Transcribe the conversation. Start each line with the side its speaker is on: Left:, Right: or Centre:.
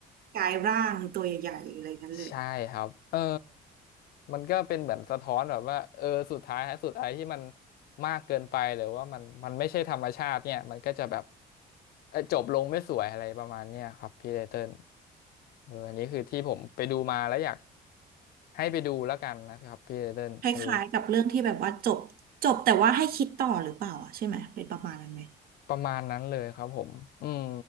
Right: กลายร่างตัวใหญ่ๆอะไรเงี้ยเลย
Left: ใช่ครับเออมันก็เป็นเหมือนสะท้อนแบบว่าเออสุดท้ายทสุดไอ้ที่มันมากเกินไปหรือว่ามันมันไม่ใช่ธรรมชาติเนี่ยมันก็จะแบบเอ่อจบลงไม่สวยอะไรประมาณเนี้ยครับพี่ไตเติ้ลเอออันนี้คือที่ผมไปดูมาแล้วอยากให้ไปดูแล้วกันนะครับพี่ไตเติ้ลเออ
Right: คล้ายๆกับเรื่องที่แบบว่าจบจบแต่ว่าให้คิดต่อหรือเปล่าอ่ะใช่ไหมเป็นประมาณนั้นไหม
Left: ประมาณนั้นเลยครับผมอืม